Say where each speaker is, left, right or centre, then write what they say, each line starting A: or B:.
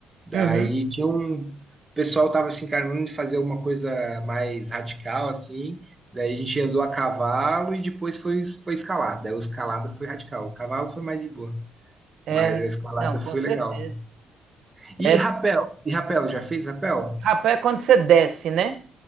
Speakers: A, on the right; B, on the right.
A: Daí
B: Uhum.
A: tinha um... O pessoal tava se encarando de fazer alguma coisa mais radical, assim. Daí a gente andou a cavalo e depois foi, foi escalar. Daí o escalada foi radical. O cavalo foi mais de boa,
B: É,
A: mas a escalada
B: não, com
A: foi
B: certeza.
A: legal. E
B: É,
A: rapel, e rapel, já fez rapel?
B: rapaz, é quando você desce, né?